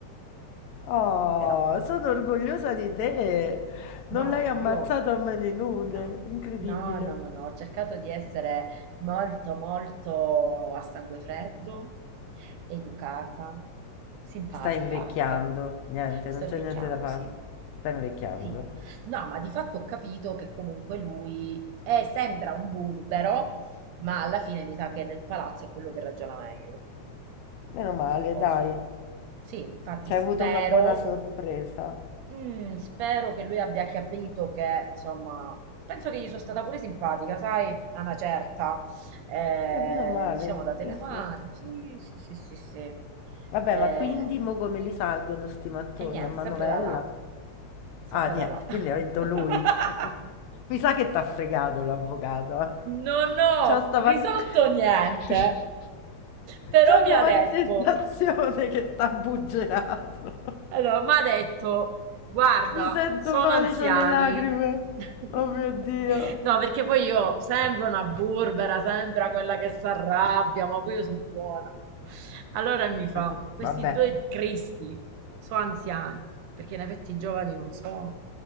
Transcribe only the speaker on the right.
però.
No,
no,
io
no,
no, no, no, no, ho cercato di essere molto, molto a sangue freddo, educata, simpatica
anche.
Sto
invecchiando,
sì.
Sì. No, ma di fatto ho capito che comunque lui è- sembra un burbero, ma alla fine mi sa che nel palazzo è quello che ragiona meglio,
se posso.
Sì, infatti
spero
Mm, spero che lui abbia capito che, insomma, penso che gli sono stata pure simpatica, sai, a una certa. Eh,
ci siamo date la
mano, sì, sì, sì, sì, sì.
Eh,
e niente,
sempre da là, sempre
da là.
<laughs>
Non ho
risolto
niente,
però
mi
ha
detto.
Allora, mi ha detto, guarda,
sono
anziani.
<laughs>
No, perché poi io sembro una burbera, sembra quella che si arrabbia, ma poi io sono buona. Allora mi fa,
questi
due cristi sono anziani, perché in effetti i giovani non sono.